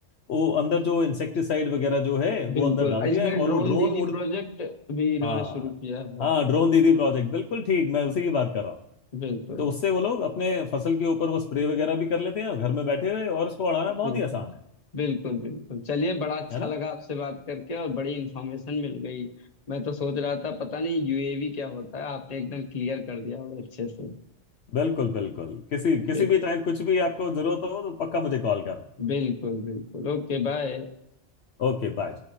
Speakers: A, on the left (about 65°); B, on the left (about 35°).
A: वो अंदर जो इंसेक्टिसाइड वगैरह जो है वो
B: बिल्कुल
A: अंदर डाल
B: इसमें
A: दिया है और
B: ड्रोन
A: वो ड्रोन
B: दीदी
A: उड़
B: प्रोजेक्ट भी इन्होंने
A: हाँ
B: शुरू किया है
A: हाँ ड्रोन दीदी प्रोजेक्ट बिल्कुल ठीक मैं उसी की बात कर रहा हूँ
B: बिल्कुल
A: तो उससे वो लोग अपने फसल के ऊपर वो स्प्रे वगैरह भी कर लेते हैं और घर में बैठे हुए और उसको उड़ाना बहुत
B: बिल्कुल
A: ही आसान है
B: बिल्कुल बिल्कुल चलिए बड़ा अच्छा
A: है ना
B: लगा आपसे बात करके और बड़ी इंफॉर्मेशन मिल गई मैं तो सोच रहा था पता नहीं यूएवी क्या होता है आपने एकदम क्लियर कर दिया बड़े अच्छे से
A: बिल्कुल बिल्कुल किसी किसी
B: बिल्कुल
A: भी टाइम कुछ भी आपको जरूरत हो तो पक्का मुझे कॉल करना
B: बिल्कुल बिल्कुल Okay bye
A: Okay bye